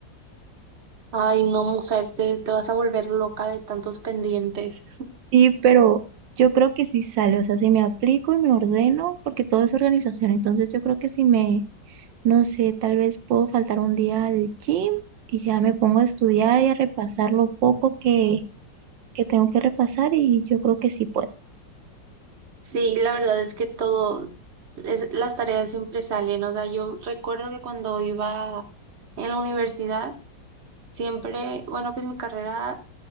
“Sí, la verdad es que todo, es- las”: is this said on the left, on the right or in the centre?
Right